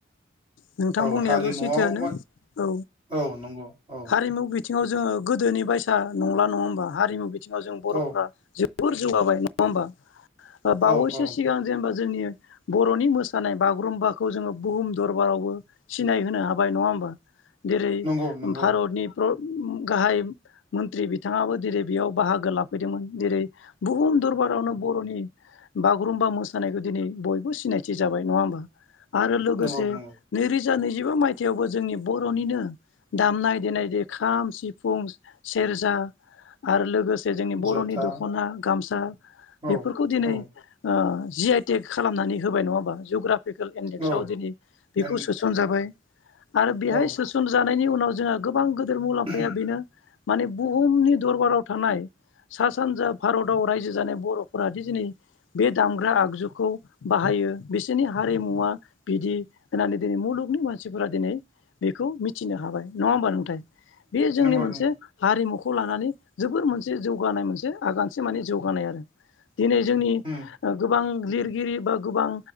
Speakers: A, on the left (about 80°); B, on the right (about 30°).
A: नोंथां
B: औ
A: बुंनायाबो
B: हारिमुआव
A: सैथोआनो
B: म
A: औ
B: औ नंगौ औ
A: हारिमु बिथिङाव जोङो गोदोनि बायसा नंला नङा होमबा हारिमु बिथिङाव जों बर'फ्रा
B: औ
A: जे बुर जौगाबाय नंङा होमबा? ओ बावैसो
B: औ औ
A: सिगां जेनेबा जोंनि बर'नि मोसानाय बागुरुम्बाखौ जोङो बुहुम दरबारावबो सिनायहोनो हाबाय नंङा होमबा? जेरै
B: नंगौ नंगौ
A: भारतनि प्र गाहाय मन्त्रि बिथाङाबो दिरै बेयाव बाहागो लाफैदोंमोन दिरै बुहुम दरबारावनो बर'नि बागुरुम्बा मोसानायखौ दिनै बयबो सिनायथि जाबाय। नङा होमबा? आरो लोगोसे
B: नंगौ नंगौ
A: नैरोजा नैजिबा मायथाइयावबो जोंनि बर'निनो दामनाय-देनाय दे खाम, सिफुं, सेरजा आरो लोगोसे जे जोंनि बर'नि
B: जथा
A: दख'ना, गामसा
B: औ
A: बेफोरखौ दिनै
B: औ
A: ओ जि आइ तेक खालामनानै होबाय नङा होमबा? जुग्राफ फिकेल इेदेक्स
B: औ
A: दिनै बेखौ
B: एन्ड
A: सोसन जाबाय आरो बेहाय
B: औ
A: सोसन जानायनि उनाव जोंहा गोबां गोदोर मुलाम्फाया
B: उम
A: बेनो माने बुहुमनि दरबाराव थानाय सा-सानजा भारताव रायजो जानाय बर'फोरादि दिनै बे दामग्रा आगजुखौ बाहायो बिसोरनि हारिमुवा बिदि होननानै दिनै मुल लुगनि मानसिफोरा दिनै बेखौ मिथिनो हाबाय। नङा होमबा नोंथाय? बे जोंनि
B: नंगौ
A: मोनसे
B: नंगौ
A: हारिमु खौ लानानै जोबोर मोनसे जौगानाय मोनसे आगानसे माने जौगानाय आरो। दिनै जोंनि
B: उम
A: ओ गोबां लिरगिरि बा गोबां